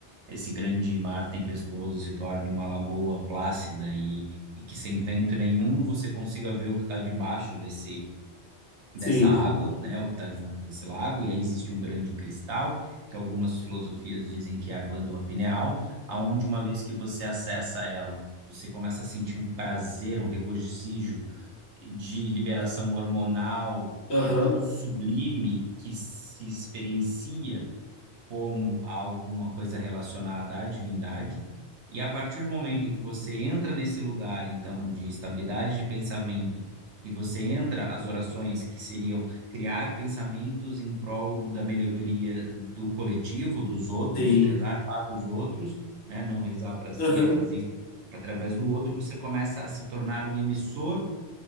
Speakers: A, on the right (about 80°); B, on the left (about 70°).
A: esse grande mar tempestuoso se torne uma lagoa plácida e, e que sem vento nenhum você consiga ver o que está debaixo desse
B: Sim.
A: dessa água, né, o que está debaixo desse lago, e aí existe um grande cristal, que algumas filosofias dizem que é a glândula pineal, aonde uma vez que você acessa ela, você começa a sentir um prazer, um regozijo de liberação hormonal que
B: Aham.
A: é tão sublime que se experiencia como a alguma coisa relacionada à divindade. E a partir do momento em que você entra nesse lugar, então, de estabilidade de pensamento, e você entra as orações que seriam criar pensamentos em prol da melhoria do coletivo, dos outros,
B: Sim.
A: rezar para os outros, né? Não rezar para si,
B: Aham.
A: é fazer isso através do outro, você começa a se tornar um emissor